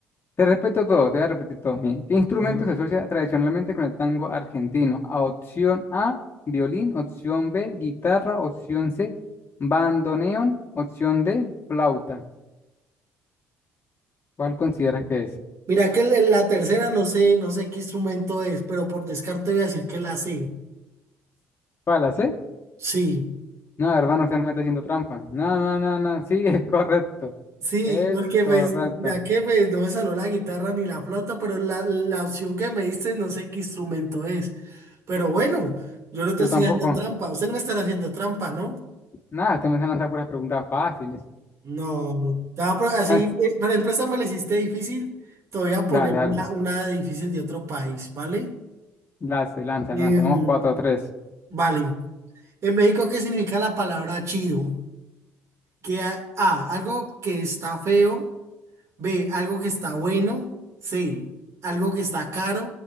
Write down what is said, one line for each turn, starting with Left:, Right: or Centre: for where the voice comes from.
Left: Te respeto todo, te voy a repetir todos mis. ¿Qué instrumento
Right: Vale.
Left: se asocia tradicionalmente con el tango argentino? A, opción A, violín, opción B, guitarra, opción C, bandoneón, opción D, flauta. ¿Cuál consideras que es?
Right: Mira que la la tercera no sé, no sé qué instrumento es, pero por descarte voy a decir que la C.
Left: ¿Cuál la C?
Right: Sí.
Left: No, hermano, usted me está haciendo trampa. No, no, no, no, <laughs> sí, es correcto.
Right: Sí,
Left: Es
Right: porque
Left: correcto.
Right: pues, mira que pues no me salió la guitarra ni la flauta, pero la, la opción que me diste no sé qué instrumento es. Pero bueno, yo no te
Left: Yo
Right: estoy
Left: tampoco.
Right: haciendo trampa. Usted no me estará haciendo trampa, ¿no?
Left: Nada, usted me está lanzando puras preguntas fáciles.
Right: No, te va así,
Left: Lance-
Right: eh, por ejemplo, esta me la hiciste difícil. Te voy a poner
Left: Dale,
Right: una,
Left: dale.
Right: una difícil de otro país, ¿vale?
Left: Lance, lanza,
Right: Em,
Left: lanza. Vamos cuatro, a 3.
Right: vale. En México, ¿qué significa la palabra chido? Que a- A, algo que está feo. B, algo que está bueno. C, algo que está caro.